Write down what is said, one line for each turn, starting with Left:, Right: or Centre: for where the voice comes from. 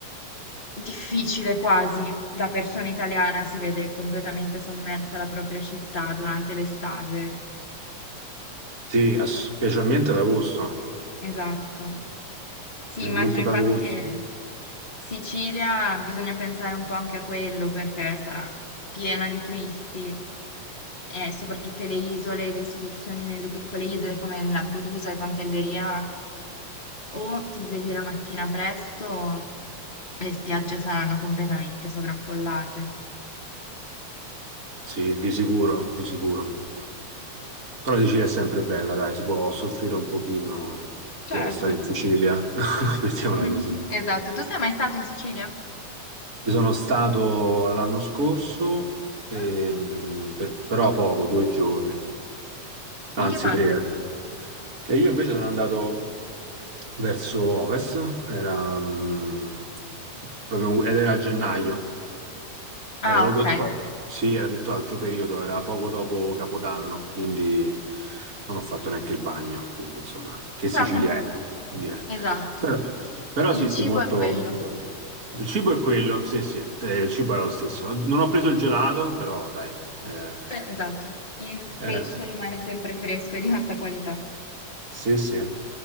Left: difficile quasi da persona italiana, si vede completamente sommersa la propria città durante l'estate.
Right: Sì, ass- specialmente ad agosto.
Left: Esatto. Sì,
Right: Specialmente
Left: immagino
Right: ad
Left: infatti
Right: agosto.
Left: che Sicilia bisogna pensare un po' anche a quello perché sarà piena di turisti e soprattutto le isole, le escursioni nelle piccole isole come Lampedusa e Pantelleria, o ti svegli la mattina presto, o le spiagge saranno completamente sovraffollate.
Right: Sì, di sicuro, di sicuro. Però la Sicilia è sempre bella, dai, si può soffrire un pochino
Left: Certo.
Right: per stare in Sicilia, <laughs> mettiamola
Left: <laughs>
Right: così.
Left: Esatto. Tu sei mai stato in Sicilia?
Right: Io sono stato l'anno scorso, ehm,
Left: Ah,
Right: per- però poco, due giorni, anzi
Left: in che parte?
Right: tre. E io invece sono andato verso ovest, era, mm, proprio, ed era a gennaio. Era
Left: Ah,
Right: proprio,
Left: ok.
Right: sì, era tutt'altro periodo, era poco dopo Capodanno, quindi non ho fatto neanche il bagno, quindi insomma, che Sicilia
Left: Però comunque,
Right: è, mi direi.
Left: esatto.
Right: Però, però
Left: Il
Right: sì, sì,
Left: cibo
Right: molto,
Left: è quello.
Right: molto bello. Il cibo è quello, sì, sì, eh, il cibo era lo stesso. Non ho preso il gelato, però dai, eh,
Left: Beh, esatto, il
Right: eh,
Left: pesce rimane sempre fresco e di alta qualità.
Right: sì, sì.